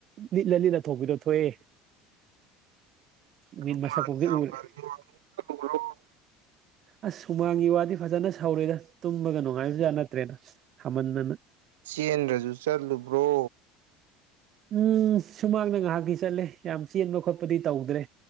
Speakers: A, on the right (about 50°); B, on the right (about 80°).
A: ꯂꯤꯠꯂ ꯂꯤꯠꯂ ꯊꯣꯛꯄꯤꯗꯣ ꯊꯣꯛꯑꯦ
B: <unintelligible>
A: ꯅꯨꯃꯤꯠ ꯃꯁꯛꯄꯨꯗꯤ ꯎꯔꯦ ꯑꯁ ꯍꯨꯃꯥꯡꯒꯤ ꯋꯥꯗꯤ ꯐꯖꯅ ꯁꯧꯔꯦꯗ ꯇꯨꯝꯕꯒ ꯅꯨꯡꯉꯥꯏꯕꯖꯥꯠ ꯅꯠꯇ꯭ꯔꯦꯗ ꯁꯥꯃꯟꯗꯅ
B: ꯆꯦꯟꯗ꯭ꯔꯁꯨ ꯆꯠꯂꯨꯕ꯭ꯔꯣ
A: ꯎꯝ ꯁꯨꯃꯥꯡꯗ ꯉꯥꯍꯥꯛꯇꯤ ꯆꯠꯂꯦ ꯌꯥꯝ ꯆꯦꯟꯕ ꯈꯣꯠꯄꯗꯤ ꯇꯧꯗ꯭ꯔꯦ